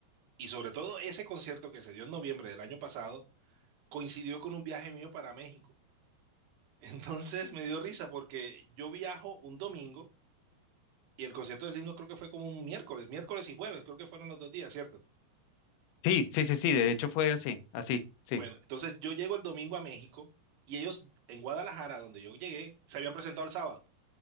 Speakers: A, on the right; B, on the left.
A: Y sobre todo ese concierto que se dio en noviembre del año pasado, coincidió con un viaje mío para México. Entonces me dio risa porque yo viajo un domingo y el concierto del himno creo que fue como un miércoles, miércoles y jueves, creo que fueron los dos días, ¿cierto?
B: Sí, sí, sí, sí, de
A: Si
B: hecho
A: no-
B: fue
A: si no.
B: así, así, sí.
A: Bueno, entonces yo llego el domingo a México y ellos en Guadalajara, donde yo llegué, se habían presentado el sábado